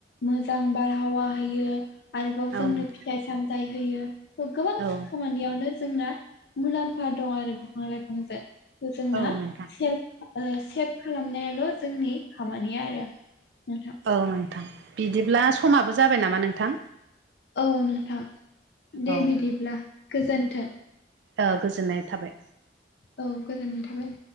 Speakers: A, on the left; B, on the right.
A: मोजां बारहावा होयो आरोबाव जोंनो
B: नोंथां
A: फिथाइ सामथाइ होयो गोबां
B: औ
A: खामानियावनो जोंना मुलाम्फा दं आरो बिफां लाइफांजों थ' जोंना
B: औ नोंथां
A: सेल्फ ओ सेभ खालामनायाल' जोंनि खामानिया आरो नोंथां
B: औ नोंथां बिदिब्ला समाबो जाबाय नामा नोंथां
A: औ नोंथां दे
B: औ
A: बिदिब्ला गोजोन्थों
B: ओ गोजोननाय थाबाय
A: औ गोजोननाय थाबाय